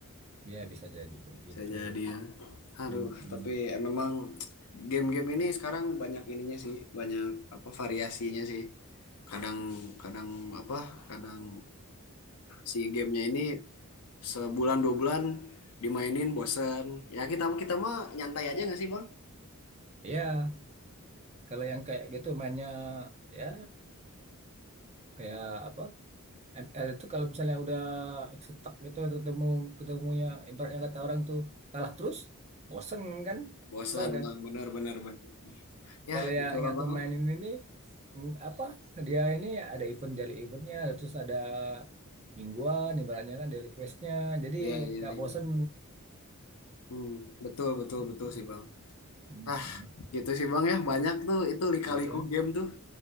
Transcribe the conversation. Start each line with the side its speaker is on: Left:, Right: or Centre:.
Right: Ya bisa jadi kok
Left: Bisa
Right: gitu.
Left: jadi ya. Aduh,
Right: Mm-mm.
Left: tapi eh, memang game-game ini sekarang banyak ininya sih, banyak apa variasinya sih. Kadang kadang apa? Kadang si gamenya ini sebulan dua bulan dimainin bosen. Ya kita kita mah nyantai aja nggak sih bang?
Right: Ya kalau yang kayak gitu mainnya ya kayak apa? ML itu kalau misalnya udah stuck gitu ketemu ketemunya ibaratnya kata orang tuh kalah terus, bosen kan,
Left: Bosen
Right: kesel kan.
Left: bang, bener bener bener. Ya
Right: kalau
Left: gitulah
Right: ya- yang aku
Left: bang lah.
Right: mainin ini mm, apa dia ini ada event daily eventnya terus ada mingguan ibaratnya kan daily questnya jadi
Left: Ya ya.
Right: nggak
Left: ya.
Right: bosen
Left: Hmm, betul betul
Right: Mm-mm,
Left: betul sih bang.
Right: mm-mm.
Left: Ah gitu sih bang ya, banyak tuh itu lika-liku
Right: iya
Left: game tuh.